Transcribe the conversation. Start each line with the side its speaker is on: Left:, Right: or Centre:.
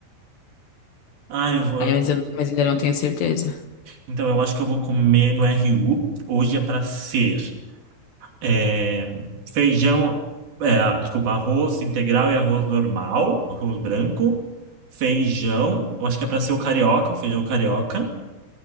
Right: Ah, eu vou.
Left: Aí, mas, eu- mas ainda não tenho certeza.
Right: Então, eu acho que eu vou comer no RU. Hoje é pra ser. é, feijão, é, desculpa, arroz integral e arroz normal, arroz branco, feijão, eu acho que é para ser o carioca, o feijão carioca,